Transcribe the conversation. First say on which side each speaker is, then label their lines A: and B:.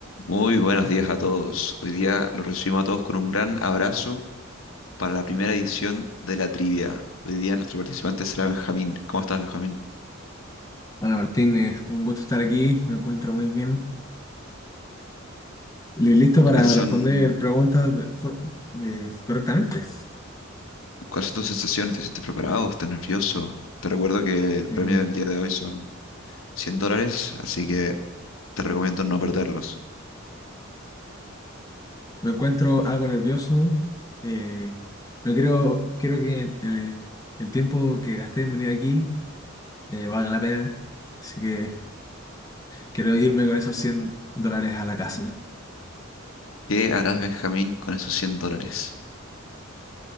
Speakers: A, on the left; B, on the left.
A: Muy buenos días a todos. Hoy día los recibimos a todos con un gran abrazo para la primera edición de la trivia. Hoy día nuestro participante será Benjamín. ¿Cómo estás, Benjamín?
B: Hola Martínez, un gusto estar aquí, me encuentro muy bien. Li- Listo para
A: ¿Cuáles
B: responder
A: son,
B: preguntas de for- eh, correctamente.
A: cuáles son tus sensaciones? ¿Te sientes preparado? ¿Estás nervioso? Te recuerdo que el
B: Eh,
A: premio del día de hoy son 100 dólares, así que te recomiendo no perderlos.
B: me encuentro algo nervioso. eh, no quiero, quiero que eh, el tiempo que gasté en venir aquí eh, valga la pena, así que quiero irme con esos 100 dólares a la casa.
A: ¿Qué harás, Benjamín, con esos 100 dólares?